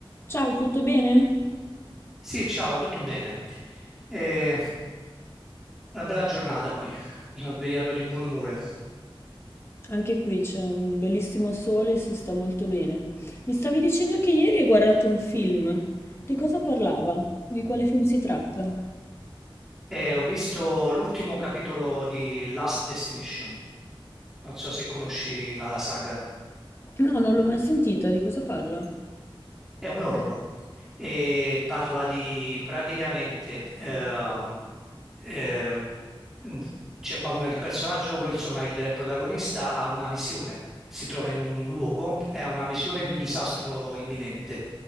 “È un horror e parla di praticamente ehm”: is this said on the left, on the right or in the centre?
Centre